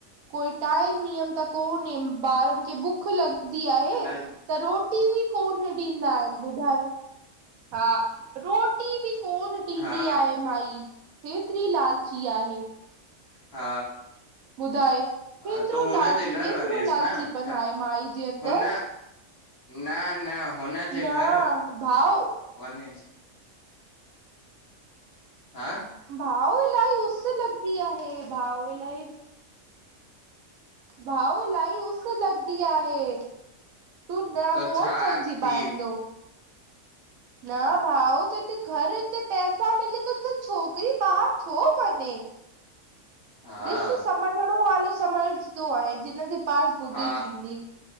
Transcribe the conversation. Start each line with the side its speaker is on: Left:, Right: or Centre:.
Right: कोई टाइम नियम त कोन्हे ॿारनि खे भुख लॻंदी आहे
Left: हिन
Right: त रोटी बि कोन ॾींदा आहिनि ॿुधायो हा रोटी बि कोन
Left: हा
Right: ॾींदी आहे माई हेतिरी लालची आहे
Left: हा,
Right: ॿुधाए
Left: हा
Right: हेतिरो
Left: तूं हुननि
Right: लालची
Left: जे घर
Right: हेतिरो
Left: वञेसि
Right: लालचीपन
Left: न छा
Right: आहे माई जे अंदरि।
Left: हुन
Right: <inaudible>
Left: न न हुनजे
Right: न
Left: घर
Right: भाउ
Left: वञेस्। हं,
Right: भाऊ इलाही उस लॻंदी आहे भाऊ इलाही। भाऊ इलाही उस लॻंदी आहे। तूं न
Left: त
Right: कोन
Left: छा
Right: समझी
Left: थी
Right: सघंदे न भाऊ जॾहिं घर में पैसा मिलनि त त छोकिरी ॿाहिर छो वञे।
Left: हा
Right: डिस समझण वारो समझंदो आहे जिन जे। फास्ट ॿुधि
Left: हा
Right: थींदी